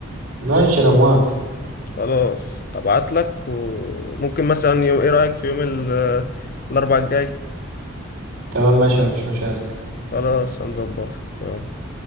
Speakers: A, on the right (about 80°); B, on the left (about 40°).
A: ماشي انا موافق
B: خلاص ابعت لك وممكن مثلا يوم ايه رايك في يوم ال- الاربعاء الجاي
A: تمام ماشي مفيش مشاكل
B: خلاص هنظبطها يلا